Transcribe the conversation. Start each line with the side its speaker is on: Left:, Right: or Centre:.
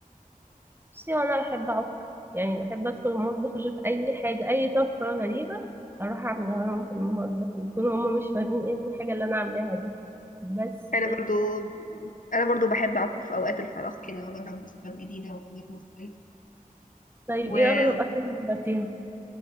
Right: بصي انا بحب اعك يعني بحب ادخل المطبخ اشوف اي حاجه اي طبخه غريبه اروح اعملها لهم في المطبخ يكونوا هم مش فاهمين ايه الحاجه اللي انا عاملاها دي بس
Left: أنا برضو أنا برضو بحب أعك في أوقات الفراغ كده وأجرب وصفات جديدة وحاجات مختلفة
Right: طيب
Left: و...
Right: ايه اغرب اكل جربتيها